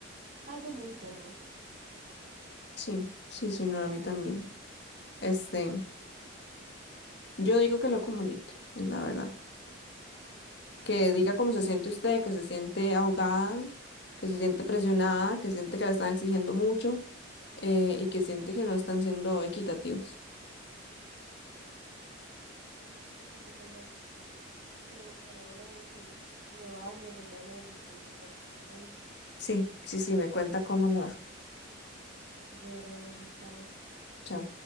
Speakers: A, on the right (about 40°); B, on the left (about 55°).
A: algo muy feo, no sé.
B: Sí, sí, sí, no, a mí también. Este, yo digo que lo comunique, es la verdad. que diga cómo se siente usted, que se siente ahogada, que se siente presionada, que siente que la están exigiendo mucho eh, y que siente que no están siendo equitativos.
A: Sí, sí, sí, totalmente. Pero bueno, voy a ver si me baño y ya me desestreso un poco. Está bien.
B: Sí, sí, sí, me cuenta cómo le va.
A: Bueno, Ángel, chao.
B: Chao.